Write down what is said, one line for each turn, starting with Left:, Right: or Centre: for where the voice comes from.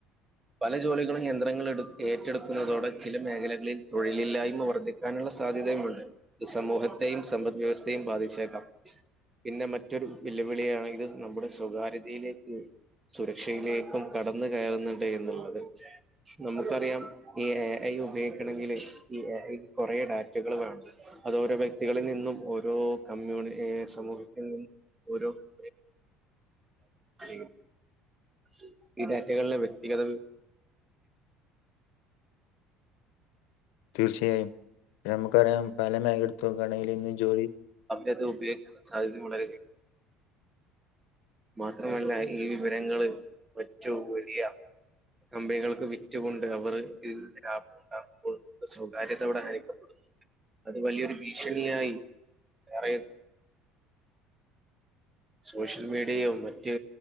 Right: പല ജോലികളും യന്ത്രങ്ങൾ എടു ഏറ്റെടുക്കുന്നതോടെ ചില മേഖലകളിൽ തൊഴിലില്ലായ്മ വർദ്ധിക്കാനുള്ള സാധ്യതയുമുണ്ട് സമൂഹത്തി- സമ്പദ് വ്യവസ്ഥയും ബാധിച്ചേക്കാം പിന്നെ മറ്റൊരു വെല്ലുവിളിയണ ഇത് നമ്മുടെ സ്വകാര്യതയിലേക്ക്- സുരക്ഷയിലേക്കും കടന്നു കയറുന്നുണ്ട് എന്നുള്ളത് നമുക്കറിയാം ഈ എ ഐ ഉപയോഗിക്കണെങ്കില് ഈ എ ഐ കൊറേ ഡാറ്റകൾ വേണം അത് ഒരോ വ്യക്തികളിൽ നിന്നും ഓരോ കമ്മ്യൂണി സമൂഹത്തിൽ നിന്നും ഓരോ ക- <inaudible> ഈ ഡാറ്റകളിലെ വ്യക്തിഗത
Left: തീർച്ചയായും നമുക്കറിയാം പല മേഖലയെടുത്തും നോക്കയാൽ ഇന്ന് ജോലി
Right: ഇത് ഉപയോഗിക്കണ്ട സാഹചര്യം വളരെ- മാത്രമല്ല ഈ വിവരങ്ങൾ ഏറ്റവും വലിയ കമ്പനികൾക്ക് വിറ്റുകൊണ്ട് അവര് ലാഭം ഉണ്ടാകുമ്പോൾ സാകാര്യത അവിടെ ഹനിക്കപ്പെടുന്നു അത് വലിയൊരു ഭീഷണിയായി വേറെ- സോഷ്യൽ മീഡിയോ മറ്റ്